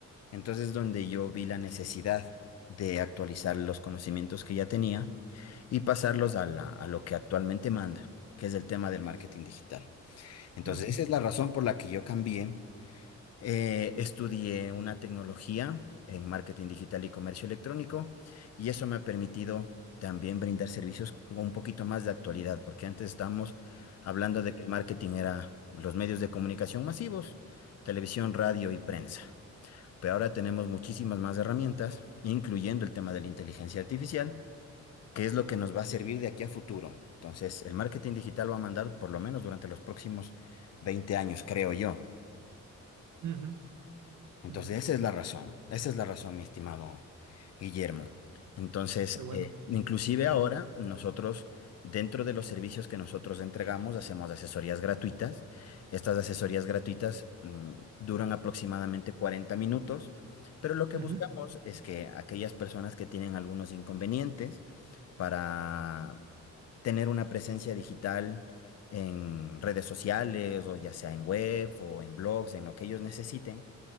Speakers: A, on the left (about 60°); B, on the right (about 80°).
A: Entonces, donde yo vi la necesidad de actualizar los conocimientos que ya tenía y pasarlos a la- a lo que actualmente manda, que es el tema del marketing digital. Entonces,
B: Ujú,
A: esa es la razón por la que yo cambié. Eh, estudié una tecnología en marketing digital y comercio electrónico y eso me ha permitido también brindar servicios con un poquito más de actualidad, porque antes estábamos hablando de que el marketing era los medios de comunicación masivos, televisión, radio y prensa pero ahora tenemos muchísimas más herramientas, incluyendo el tema de la inteligencia artificial, que es lo que nos va a servir de aquí a futuro. Entonces, el marketing digital va a mandar por lo menos durante los próximos 20 años, creo yo.
B: ujú,
A: Entonces,
B: ujú.
A: esa es la razón, esa es la razón, mi estimado Guillermo. Entonces,
B: Qué bueno.
A: eh, inclusive ahora nosotros, dentro de los servicios que nosotros entregamos, hacemos asesorías gratuitas. Estas asesorías gratuitas, mm, duran aproximadamente 40 minutos, pero lo que
B: Ujú,
A: buscamos es que aquellas personas que tienen algunos inconvenientes para tener una presencia digital en redes sociales o ya sea en web o en blogs, en lo que ellos necesiten,